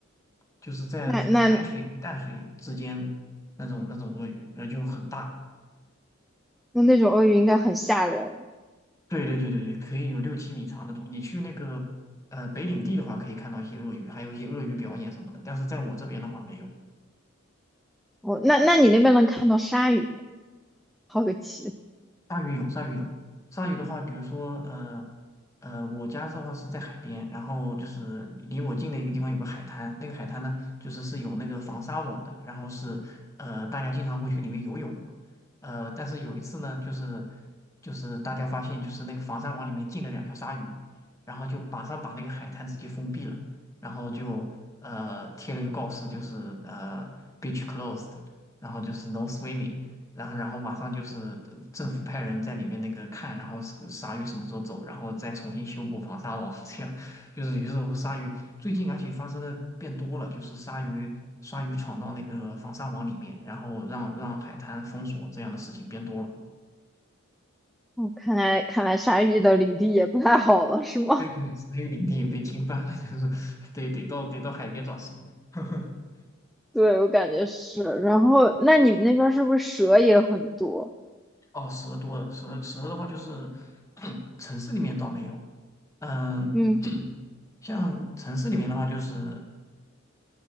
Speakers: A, on the left; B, in the centre.
A: 就是在海水跟淡水之间的那种那种鳄鱼，
B: <laughs> 那那
A: 那就很大。
B: 那那种鳄鱼应该很吓人。
A: 对对对对对，可以有六七米长那种。你去那个呃北领地的话，可以看到一些鳄鱼，还有一些鳄鱼表演什么的。但是在我这边的话没有。
B: 哦。那那你那边能看到鲨鱼吗？好个奇！
A: 鲨鱼有，鲨鱼有。鲨鱼的话，比如说，呃，呃，我家的话是在海边，然后就是离我近的一个地方有个海滩，那个海滩呢，就是是有那个防鲨网的，然后是，呃，大家经常会去里面游泳，呃，但是有一次呢，就是就是大家发现就是那个防鲨网里面进了两条鲨鱼，然后就马上把那个海滩直接封闭了，然后就呃贴了个告示，就是呃 beach closed，然后就是 no swimming。然后然后马上就是政府派人在里面那个看，然后是鲨鱼什么时候走，然后再重新修补防鲨网，这样就是有时候鲨鱼最近而且发生的变多了，就是鲨鱼鲨鱼闯到那个防鲨网里面，然后让让海滩封锁这样的事情变多了。
B: 哦，看来看来鲨鱼的领地也不太好了，是吗？
A: 对对，鲨鱼领地也被侵犯了，就是 <laughs> 得得到得到海边找食物。<laughs>
B: <laughs> 对，我感觉是。然后，那你们那边是不是蛇也很多？
A: 哦，蛇多了，蛇蛇的话就是 <coughs> <clears throat> 城市里面倒没有，嗯，
B: 嗯，
A: <coughs> <clears throat> 像城市里面的话就是。